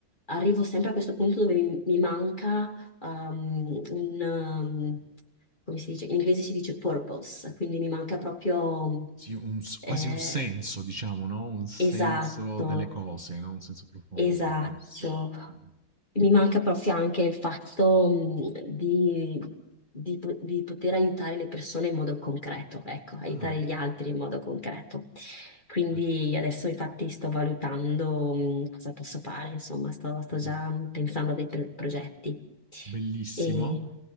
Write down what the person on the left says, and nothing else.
arrivo sempre a questo punto dove mi, mi manca um, un, um, come si dice? In inglese si dice purpose, quindi mi manca proprio
eh,
esatto.
Esatto,
mi manca proprio anche il fatto mh, di, di po- di poter aiutare le persone in modo concreto, ecco, aiutare
gli altri in modo concreto. Quindi
adesso infatti sto valutando mh, cosa posso fare, insomma, sto, sto
già pensando a dei pro- progetti.
E